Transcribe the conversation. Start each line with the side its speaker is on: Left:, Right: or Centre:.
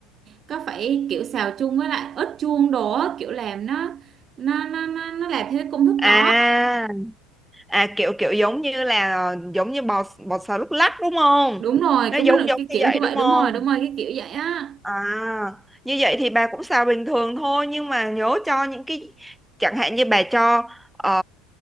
Right: có phải kiểu xào chung với lại ớt chuông đồ á, kiểu làm nó nó nó nó nó làm theo cái công thức
Centre: À
Right: đó
Centre: à kiểu kiểu giống như là giống như bò bò xào lúc lắc đúng không?
Right: đúng rồi
Centre: Nó
Right: cũng
Centre: giống
Right: là
Centre: giống
Right: cái
Centre: như
Right: kiểu
Centre: vậy
Right: như vậy
Centre: đúng không?
Right: đúng rồi đúng rồi cái kiểu vậy á
Centre: À, như vậy thì bà cũng xào bình thường thôi nhưng mà nhớ cho những cái chẳng hạn như bà cho ờ,